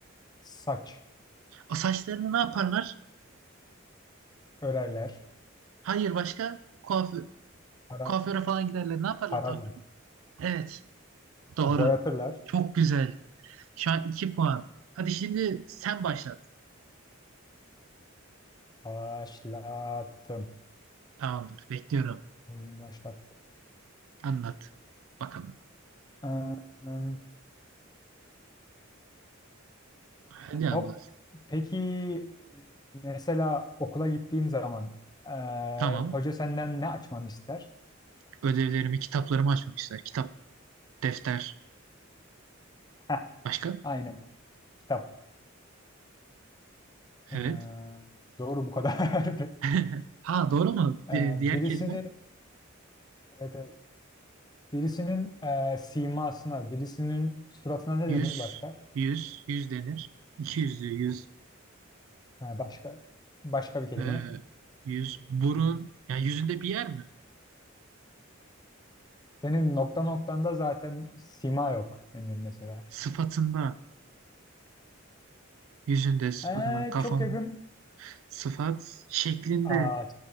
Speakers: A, on the left; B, on the right.
A: Saç.
B: O saçlarını ne yaparlar?
A: Örerler.
B: Hayır başka kuaför,
A: Para
B: kuaföre falan giderler. Ne yaparlar
A: pararlar.
B: kuaförde? Evet, doğru.
A: Boyatırlar.
B: Çok güzel. Şu an 2 puan. Hadi şimdi sen başlat.
A: Başlattım.
B: Tamamdır, bekliyorum.
A: Oyunu başlattım.
B: Anlat. Bakalım.
A: Ee, hmm,
B: Hadi ama.
A: hop. Peki mesela okula gittiğim zaman ee,
B: Tamam.
A: hoca senden ne açmanı ister?
B: Ödevlerimi, kitaplarımı açmamışlar. Kitap, defter.
A: Heh,
B: Başka?
A: aynen. Kitap. Ee,
B: Evet.
A: doğru bu kadar. <laughs>
B: <laughs> Ha doğru mu?
A: Ee,
B: Di-
A: birisinin
B: diğer kelime
A: evet, evet. birisinin e, simasına, birisinin suratına ne
B: yüz,
A: denir başka?
B: yüz, yüz denir. İki yüzlü yüz,
A: Ha, başka başka bir kelime.
B: e, yüz, burun. Yani yüzünde bir yer mi?
A: Senin nokta noktanda zaten sima yok denir mesela.
B: Sıfatında, yüzünde, sıfatında,
A: Ee,
B: kafam,
A: çok yakın.
B: sıfat, şeklinde.
A: Aa,